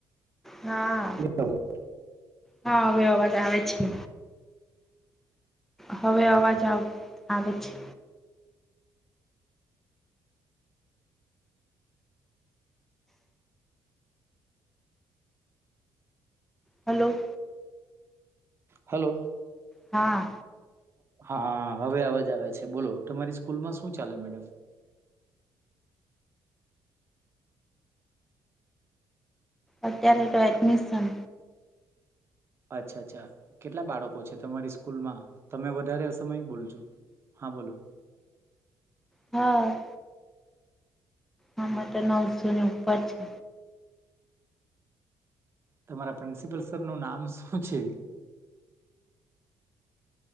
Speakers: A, in the centre; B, on the right (about 35°).
A: હા.
B: હલો.
A: હા હવે અવાજ આવે છે. હવે અવાજ આવ આવે છે. હલો.
B: હલો.
A: હા.
B: હા હવે અવાજ આવે છે બોલો તમારી સ્કૂલમાં શું ચાલે મેડમ.
A: અત્યારે તો એડમિશન.
B: અચ્છા અચ્છા કેટલા બાળકો છે તમારી સ્કૂલમાં તમે વધારે અ સમય બોલ છો. હા બોલો.
A: હા. આ માટે તો નવસો ની ઉપર છે.
B: તમારા પ્રિન્સિપલ સર નું નામ શું છે.